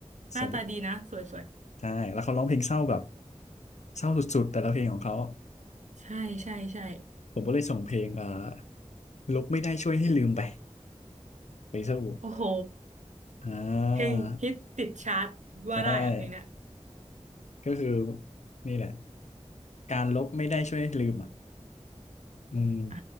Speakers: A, on the right; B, on the left.
A: หน้าตาดีนะสวยสวย
B: ส่งไปใช่แล้วเขาร้องเพลงเศร้าแบบเศร้าสุดๆแต่ละเพลงของเขา
A: ใช่ใช่ใช่
B: ผมก็เลยส่งเพลงเอ่อลบไม่ได้ช่วยให้ลืมไปไปสู้
A: โอ้โห
B: อ่
A: เพลงฮิตติดชาร์ตว่าได้อะเพลงเนี้ย
B: าใช่ก็คือนี่แหละการลบไม่ได้ช่วยให้ลืมอ่ะอืม
A: อ่ะ